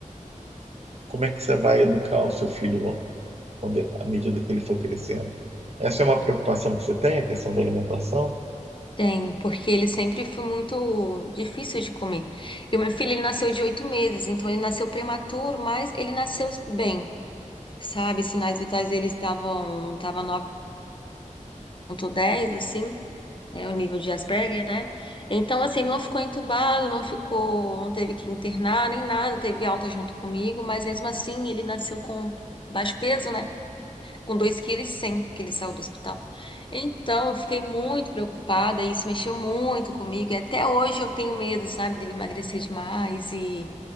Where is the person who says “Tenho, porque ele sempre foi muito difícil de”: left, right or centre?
Left